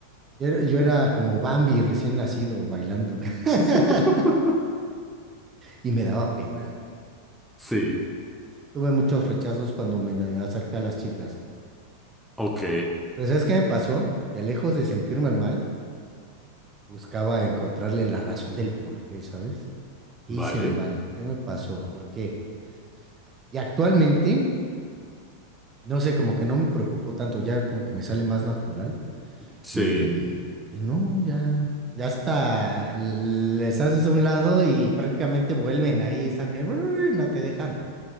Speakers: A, on the right; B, in the centre.
A: yo era, yo era como Bambi recién nacido bailando. <laughs>
B: <laughs>
A: Y me daba pena, güey.
B: Sí,
A: Tuve muchos rechazos cuando me acerqué a las chicas.
B: ok,
A: Pero ¿sabes qué me pasó? Que lejos de sentirme mal, buscaba encontrarle la razón del por qué, ¿sabes? ¿Qué
B: vale,
A: hice mal? ¿Qué me pasó? ¿Por qué? Y actualmente, no sé, como que no me preocupo tanto, ya como que me sale más natural.
B: sí.
A: Y, y no, ya, ya hasta les haces a un lado y prácticamente vuelven ahí, están de, "Brr", no te dejan.